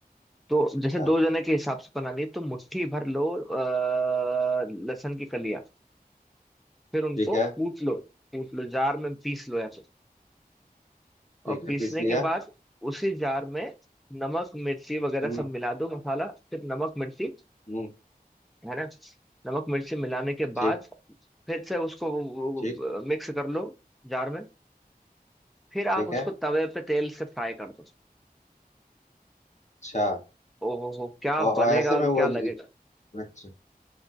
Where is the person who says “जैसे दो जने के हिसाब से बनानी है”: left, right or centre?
Centre